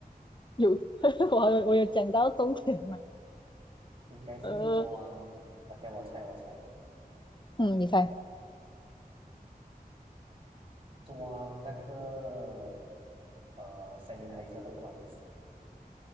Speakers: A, on the left; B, on the right.
A: 有，<laughs> 我有我有讲到重点吗？
B: 应该是装，OK，
A: 呃，
B: 我猜我猜，
A: 嗯，你猜。
B: 装那个呃 sanitizer 的罐子。